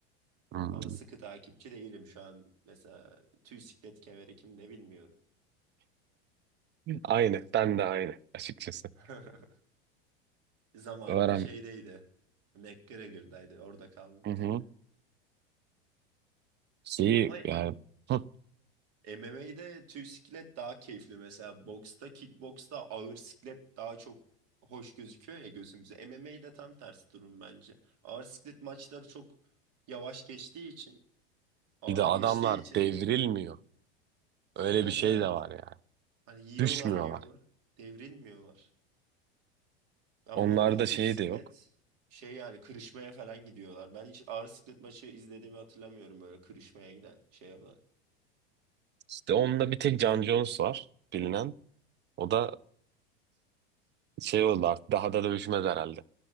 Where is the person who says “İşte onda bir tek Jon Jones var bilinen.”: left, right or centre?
Right